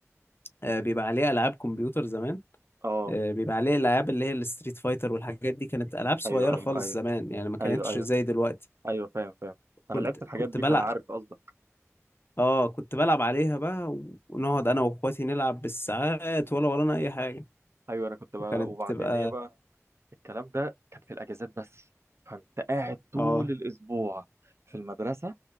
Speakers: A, on the left; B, on the right.
A: آه، بيبقى عليه العاب كمبيوتر زمان
B: اه
A: آه، بيبقى عليه الالعاب اللي هي الستريت فايتر والحاجات دي كانت العاب صغيره
B: ايوه ايوه
A: خالص
B: ايوه
A: زمان يعني ما كانتش
B: ايوه ايوه
A: زي دلوقتي
B: ايوه فاهم فاهم
A: كنت
B: انا لعبت الحاجات
A: كنت
B: دي
A: بلعب
B: فانا عارف قصدك
A: اه كنت بلعب عليها بقى ونقعد انا واخواتي نلعب بالساعات ولا ورانا اي حاجه
B: ايوه انا كنت بقى
A: وكانت
B: وبعدين
A: بتبقى
B: ايه بقى الكلام ده كان في الاجازات بس فانت قاعد طول
A: اه
B: الاسبوع في المدرسه